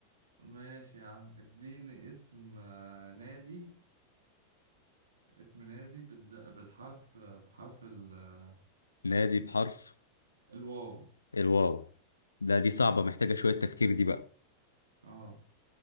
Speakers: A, on the right; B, on the left.
A: ماشي يا عم اديني اسم آه، نادي اسم نادي بالد- بالحرف آه، بحرف ال-
B: نادي بحرف
A: الواو
B: الواو لا دي صعبه محتاجه شويه تفكير دي بقى
A: اه